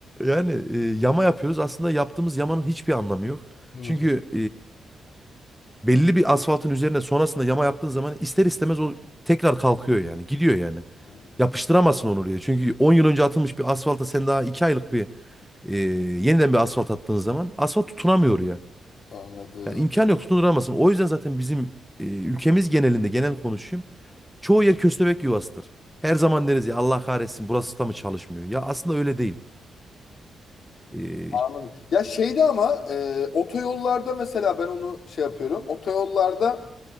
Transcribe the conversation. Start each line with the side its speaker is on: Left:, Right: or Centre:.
Centre: Yani e, yama yapıyoruz. Aslında yaptığımız yamanın hiçbir anlamı yok.
Left: Hmm.
Centre: Çünkü e, belli bir asfaltın üzerine sonrasında yama yaptığın zaman ister istemez o tekrar kalkıyor yani. Gidiyor yani.
Left: Hmm.
Centre: Yapıştıramazsın onu oraya. Çünkü 10 yıl önce atılmış bir asfalta sen daha 2 aylık bir e, yeniden bir asfalt attığın zaman asfalt tutunamıyor oraya.
Left: Anladım.
Centre: Yani imkan yok tutunduramazsın. O yüzden zaten bizim e, ülkemiz genelinde genel konuşayım. Çoğu yer köstebek yuvasıdır. Her zaman deriz ya Allah kahretsin burası da mı çalışmıyor? Ya aslında öyle değil. E,
Left: Anladım. Ya şeyde ama e, otoyollarda mesela ben onu şey yapıyorum. Otoyollarda